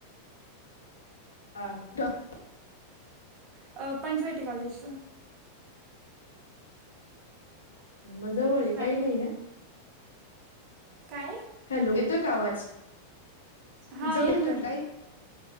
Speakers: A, on the left (about 70°); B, on the right (about 35°).
A: हाॉ <unintelligible>
B: अ पंचवेटी कॉलेजला
A: म जवळ हे
B: हॅलो
A: काही नाही ना
B: काय
A: हॅलो येतोय का आवाज
B: हां
A: जव
B: येतो
A: म्हट